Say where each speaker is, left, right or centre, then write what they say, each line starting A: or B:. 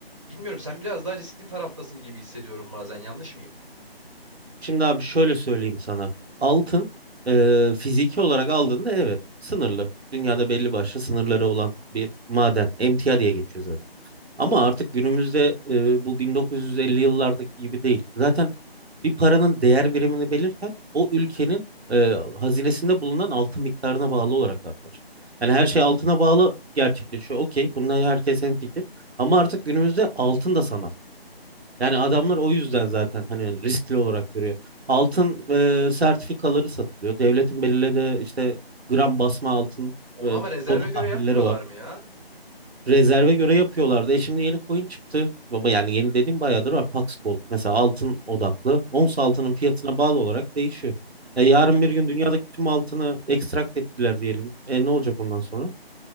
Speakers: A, on the right; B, on the right.
A: bilmiyorum sen biraz daha riskli taraftasın gibi hissediyorum bazen. Yanlış mıyım?
B: Şimdi abi şöyle söyleyeyim sana. Altın eee, fiziki olarak aldığında evet sınırlı. Dünyada belli başlı sınırları olan bir maden. Emtia diye geçiyor zaten. Ama artık günümüzde eee, bu 1950 yıllardaki gibi değil. Zaten bir paranın değer birimini belirten o ülkenin eee, hazinesinde bulunan altın miktarına bağlı olarak artar. Yani her şey altına bağlı gerçekleşiyor.
A: Hı hı.
B: Okey, bununla herkes hemfikir. Ama artık günümüzde altın da sanal. Yani adamlar o
A: Hı hı.
B: yüzden zaten hani riskli olarak görüyor. Altın
A: Evet.
B: e, sertifikaları satılıyor. Devletin belirlediği işte gram basma altın
A: Ona
B: e,
A: mı rezerve
B: bono tahvilleri
A: göre yapmıyorlar
B: var.
A: mı ya?
B: Rezerve göre yapıyorlardı. E şimdi yeni coin çıktı. Baba yani yeni dediğim bayağıdır var. Pax Gold mesela altın odaklı. Ons altının
A: Hmm.
B: fiyatına bağlı olarak değişiyor. E yarın bir gün dünyadaki tüm altını ekstrakt ettiler diyelim. E ne olacak ondan sonra?